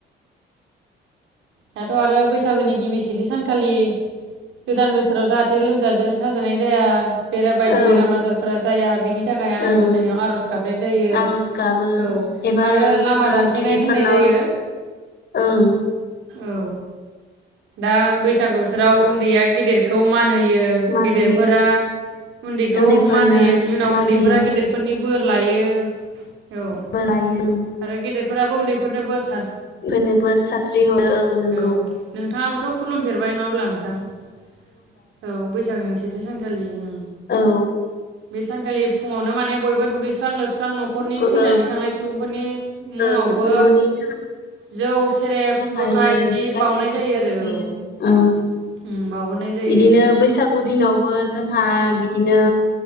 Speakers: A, on the right; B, on the left.
A: दाथ आरो बैसागोनि गिबि सेथि सानखालि गोदान बोसोराव जाहाथे लोमजा साजानाय जाया बेरा
B: जायो
A: बायदि
B: औ
A: बेराम आजारफोरा जाया बिनि थाखाय आनान
B: ओं
A: गसायनायाव आरज गाबनाय जायो
B: आर'ज गाबो
A: औ
B: एबा
A: आरो लामा
B: जोङो
A: दानथेनाय
B: गिदिरफोरनाव
A: होननाय जायो।
B: ओं
A: औ दा बैसागो बोथोराव उन्दैया गेदेरखौ मा मान होयो
B: मान
A: गेदेरफोरा
B: होयो
A: उन्दैखौ
B: उन्दैफोरनो
A: मान होयो बिनि उनाव
B: मान
A: उन्दैफोरा
B: होयो
A: गेदेरफोरनि बोर लायो औ
B: बोलायो
A: आरो गेदेरफोराबो उन्दैफोरनो बोर सा
B: फोरनो बोर सास्रि हरो
A: औ
B: ओं नोंगौ
A: नों नोंथाङाबो थ खुुलुमफेरबाय ना अब्ला औ बैसागोनि जि सानखालिओम
B: औ
A: बे सानखालि फुङावनो माने बयबो दुगैस्रां लोब लोबस्रां नखरनि
B: बो
A: थैनानै
B: ओं
A: थांनाय सुबुंफोरनि मुङावबो
B: ओं न'नि
A: जौ सेरेब
B: हायो
A: जखाय बिदि
B: गासैबो
A: बाउनाय जायो
B: इदिनो
A: आरो
B: दुगैयो
A: औ
B: औ।
A: ओम बाउहरनाय जायो
B: बिदिनो बैसागु दिनावबो जोंहा बिदिनो